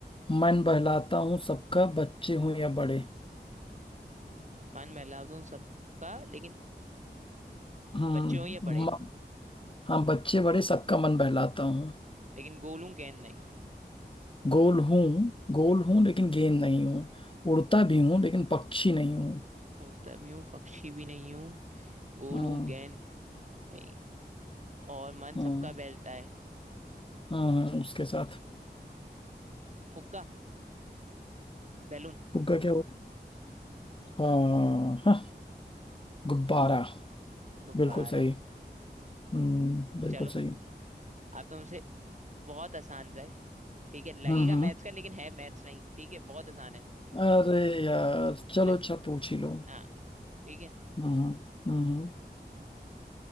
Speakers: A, on the left; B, on the right.
A: मन बहलाता हूँ सबका बच्चे हूँ या बड़े
B: मान महलाजुन सबका लेकिन
A: हम्म
B: बच्चे हो या बड़े
A: म- हाँ बच्चे बड़े सबका मन बहलाता हूँ
B: लेकिन गोलू गेंद नहीं
A: गोल हूँ गोल हूँ लेकिन गेंद नहीं हूँ उड़ता भी हूँ लेकिन पक्षी नहीं हूँ
B: उड़ता भी हूँ पक्षी भी नहीं हूँ गोलू
A: हाँ
B: गेंद नहीं और मन
A: हाँ
B: सबका बहलता है
A: हाँ हाँ, उसके साथ
B: फुग्गा बैलून
A: फुग्गा क्या होता हाँ हाँ गुब्बारा
B: गुब्बारा
A: बिल्कुल सही हम्म बिल्कुल
B: चलो
A: सही
B: अब तुमसे बहुत आसान सा है ठीक है लगेगा
A: हम्म हम्म
B: मैथ्स का लेकिन है मैथ्स नहीं ठीक है बहुत आसान है
A: अरे यार चलो
B: ल...
A: अच्छा पूछ ही लो
B: हाँ ठीक है
A: हम्म हम्म